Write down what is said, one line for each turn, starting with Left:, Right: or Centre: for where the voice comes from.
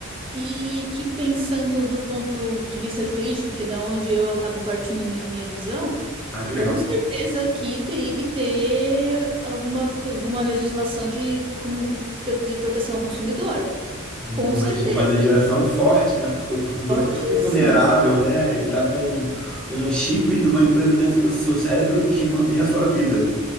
Right: e que pensando do ponto de vista jurídico, que é da onde eu acabo partindo mi- a minha visão,
Centre: Ah, que
Right: com
Centre: legal.
Right: certeza aqui teria que ter alguma, alguma legislação de, como, de proteção ao consumidor.
Centre: Um-
Right: Com
Centre: Uma,
Right: certeza.
Centre: rege- uma legislação forte, né? Porque o consumidor
Right: Fortíssima.
Centre: fica super vulnerável, né? Ele tá com um chip de uma empresa dentro do seu cérebro que mantém a sua vida.